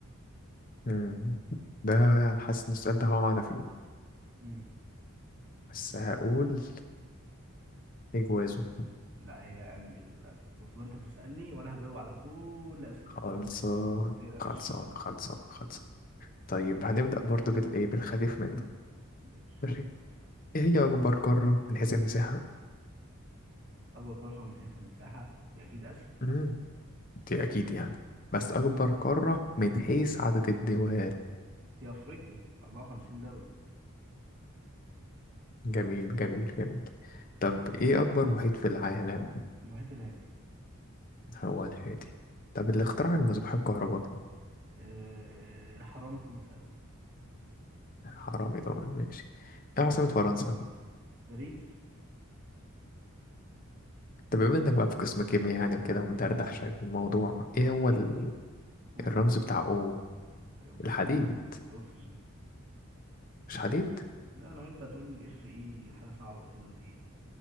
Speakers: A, on the left; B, on the right.
A: مم. ده حاسس إن السؤال ده هقع أنا فيه
B: مم.
A: بس هقول إجوازه
B: لا هي انجل للاسف بص بقى انت تسالني وانا هجاوب على كل اسئلتك
A: خلصان
B: مهما كان ما تقلقش
A: خلصان خلصان خلصان طيب هنبدأ برضه بالإيه بالخفيف منه
B: ماشي
A: ماشي إيه هي أكبر قارة من حيث المساحة؟
B: اكبر قاره من حيث المساحه دي اكيد اسيا
A: مم. دي أكيد يعني بس
B: مم.
A: أكبر قارة من حيث عدد الدول
B: دي افريقيا 54 دوله
A: جميل جميل جميل طب ايه اكبر محيط في العالم
B: المحيط الهادي
A: هو الهادي طب اللي اخترع المصباح الكهربائي
B: أه... الحرامي توماس اديسون
A: حرامي طبعا ماشي ايه عاصمة فرنسا
B: باريس
A: طب بما انك بقى في قسم كيمياء يعني وكده ومدردح شوية في الموضوع
B: الحديد
A: ايه هو ال-
B: قولوا
A: الرمز بتاع او
B: الاكسجين
A: الحديد
B: الاكسجين
A: مش حديد
B: لا انا قلت هتقول لي اف اي حاجه صعبه كده وتقيله